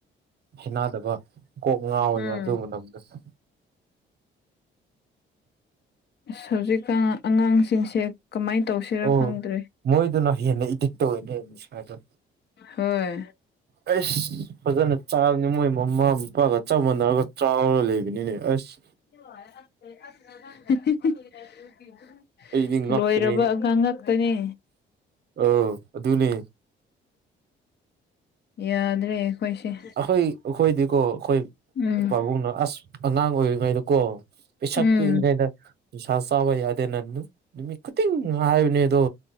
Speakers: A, on the right (about 55°); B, on the left (about 55°).
A: ꯍꯦꯅꯥꯗꯕ ꯀꯣꯛ ꯉꯥꯎꯋꯦꯕ
B: ꯎꯝ
A: ꯑꯗꯨ ꯃꯅꯥꯝꯗꯁꯨ
B: ꯍꯧꯖꯤꯛꯀꯥꯟ ꯑꯉꯥꯡꯁꯤꯡꯁꯦ ꯀꯃꯥꯏꯅ ꯇꯧꯁꯤꯔ
A: ꯑꯣ
B: ꯈꯪꯗ꯭ꯔꯦ
A: ꯃꯣꯏꯗꯨꯅ ꯍꯦꯟꯅ ꯏꯗꯤꯛ ꯇꯧꯋꯦꯅꯦ ꯅꯤꯁꯥꯗꯣ
B: ꯍꯣꯏ
A: ꯑꯩꯁ ꯐꯖꯅ ꯆꯥꯕꯅꯤ ꯃꯣꯏ ꯃꯃꯥ ꯃꯄꯥꯒ ꯆꯞ ꯃꯥꯟꯅꯔꯒ ꯆꯥꯔꯔ ꯂꯩꯕꯅꯤꯅꯦ ꯑꯁ
B: <unintelligible>
A: ꯑꯩꯗꯤ ꯉꯛꯄꯅꯦ
B: ꯂꯣꯏꯔꯕ ꯑꯥꯉꯡ ꯉꯥꯛꯇꯅꯤ
A: ꯑꯥ ꯑꯗꯨꯅꯦ
B: ꯌꯥꯗ꯭ꯔꯦ ꯑꯩꯈꯣꯏꯁꯦ
A: ꯑꯩꯈꯣꯏ ꯑꯩꯈꯣꯏꯗꯤꯀꯣ ꯑꯩꯈꯣꯏ
B: ꯎꯝ
A: ꯄꯥꯕꯨꯡꯅꯣ ꯑꯁ ꯑꯉꯥꯡ ꯑꯣꯏꯔꯤꯉꯩꯗ ꯀꯣ ꯄꯤꯁꯛ
B: ꯎꯝ
A: ꯄꯤꯛꯏꯉꯩꯗ ꯅꯤꯁꯥ ꯆꯥꯕ ꯌꯥꯗꯦ ꯅꯪ ꯅꯨꯃꯤꯠ ꯈꯨꯗꯤꯡ ꯍꯥꯏꯕꯅꯦ ꯑꯗꯣ